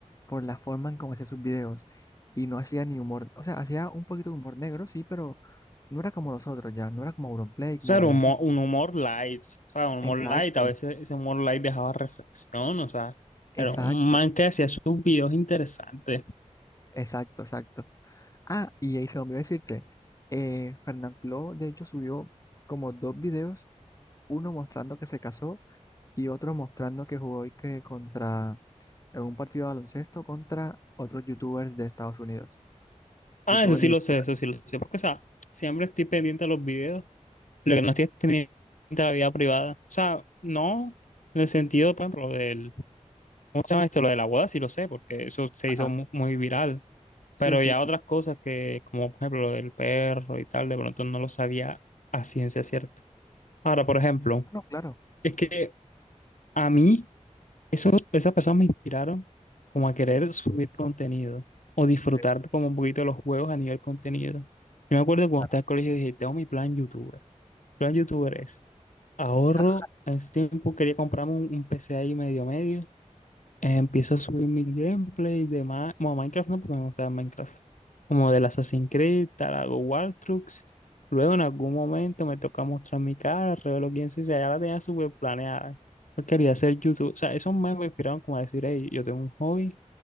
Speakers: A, on the left; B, on the left.
A: por la forma en cómo hacía sus videos. Y no hacía ni humor, o sea, hacía un poquito de humor negro, sí, pero no era como nosotros ya, no era como Auronplay,
B: O
A: como
B: sea, era
A: Win-
B: un humor, un humor light, o sea, un humor
A: Exacto,
B: light, a veces ese humor light dejaba reflexión, o sea,
A: exacto,
B: era un man que hacía sus videos interesantes.
A: exacto, exacto. Ah, y ahí se me olvidó decirte, eh, Fernanfloo, de hecho, subió como dos videos, uno mostrando que se casó y otro mostrando que jugó y que contra, en un partido de baloncesto contra otros youtubers de Estados Unidos.
B: Ah,
A: Youtubers
B: eso sí
A: y...
B: lo
A: streamers.
B: sé, eso sí lo sé. Porque, o sea, siempre estoy pendiente a los videos. Lo que no estoy es pendiente a la vida privada. O sea, no en el sentido, por ejemplo, del. ¿Cómo se llama esto? Lo de la boda, sí lo sé, porque eso se
A: Ajá,
B: hizo mu- muy, viral.
A: sí,
B: Pero
A: sí.
B: ya otras cosas que, como por ejemplo, lo del perro y tal, de pronto no lo sabía a ciencia cierta. Ahora, por ejemplo,
A: No, claro.
B: es que a mí. Esos, esas personas me inspiraron como a querer subir contenido o disfrutar
A: Sí,
B: como un poquito de los juegos a nivel contenido. Yo me acuerdo que cuando
A: claro.
B: estaba en el colegio dije, tengo mi plan youtuber. Mi plan youtuber es ahorro,
A: <laughs>
B: en ese tiempo quería comprarme un, un PC ahí medio medio eh, empiezo a subir mis gameplays de Ma- bueno, Minecraft, no, porque me gustaba Minecraft. Como del Assassin's Creed, tal, hago War Trucks. Luego en algún momento me toca mostrar mi cara, revelo quién soy, o sea, ya la tenía súper planeada. Yo quería hacer YouTube. O sea, esos memes me inspiraron como a decir, hey, yo tengo un hobby